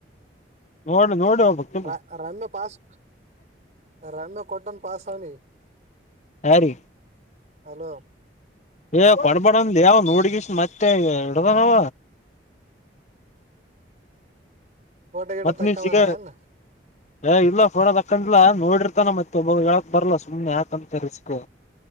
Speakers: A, on the left; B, on the right.
A: ನೋಡ್ ನೋಡಿ ಹೋಗ್ಬೇಕಲ್ಲ
B: ರ ರಮ್ಯಾ ಪಾಸ್ ರಮ್ಯಾ ಕೊಟ್ಟನ್ ಪಾಸ್ ಅವ್ನಿಗೆ.
A: ಯಾರಿಗೆ.
B: ಹಲೋ
A: ಏ ಕೊಡಬೇಡ ಅನ್ಲೇ ಯವ ನೋಡ್ಗೀಸಿ ಮತ್ತೆ ಇಡದನಾವ.
B: ಪೋಟೋ ಗಿಟ
A: ಮತ್
B: ತಕ್ಕಂದಿನ.
A: ನೀವ್ ಸಿಗ ಏ ಇಲ್ಲ ಪೋಟೋ ತಕ್ಕಂಡಿಲ್ಲ ಹ ನೋಡಿರ್ತಾನ ಮತ್ತೆ ಒಬ್ಬಾಗ ಹೇಳಕ್ ಬರ್ಲಾ ಸುಮನೆ ಯಾಕಂತ ರಿಸ್ಕ್.